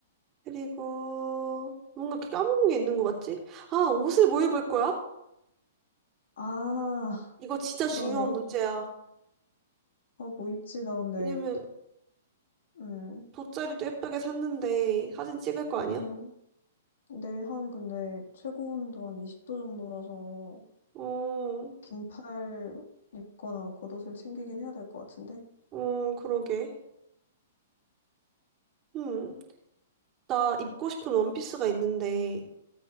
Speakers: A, on the right; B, on the left.
A: 그리고, 뭔가 까먹은 게 있는 것 같지? 아, 옷을 뭐 입을 거야?
B: 아,
A: 이거 진짜
B: 그러네.
A: 중요한 문제야.
B: 어, 뭐 입지? 나 근데,
A: 왜냐면,
B: 음,
A: 돗자리도 예쁘게 샀는데, 사진 찍을 거 아니야?
B: 음. 내일 한, 근데, 최고 온도 한 20도 정도라서,
A: 어,
B: 긴팔 입거나 뭐 겉옷을 챙기긴 해야 될 것 같은데.
A: 어, 그러게. 음, 나 입고 싶은 원피스가 있는데,